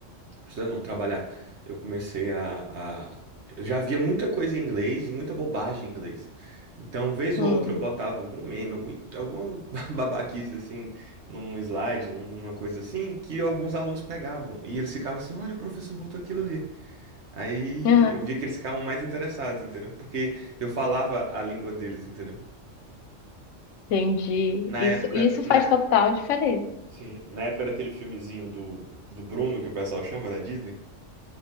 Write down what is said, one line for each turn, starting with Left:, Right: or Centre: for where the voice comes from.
Right: estudar não, trabalhar, eu comecei a, a- eu já via muita coisa em inglês e muita bobagem em inglês. Então, vez
Left: Hum.
Right: ou outra, eu botava algum meme, algum, alguma <laughs> babaquice assim, num slide, num- numa coisa assim, que alguns alunos pegavam. E eles ficavam assim, olha, o professor botou aquilo ali. Aí
Left: Ah,
Right: eu via que eles ficavam mais interessados, entendeu? Porque eu falava a língua deles, entendeu?
Left: entendi.
Right: Na
Left: Isso,
Right: época,
Left: isso
Right: na,
Left: faz total diferença.
Right: sim, na época daquele filmezinho do, do Bruno, que o pessoal chama, da Disney,